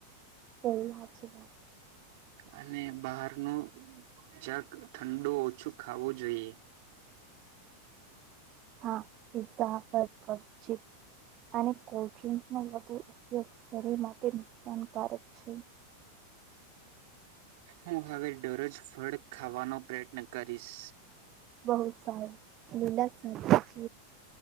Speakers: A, on the right; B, on the right.
A: તો વા છેી વાત
B: અને બહાર ન જક ઠંડુ ઓછું ખાવું જોઈએ
A: હા પિ્ઝા બર્ગર ચિપ્સ અને કોલ્ડ્રિંકનો વધુ ઉપયોગ શરીર માટે નુકસાનકારક છે
B: હું હવે દરોજ ફળ ખાવાનો પ્રયત્ન કરીશ
A: બહુત સારું લીલા કલાક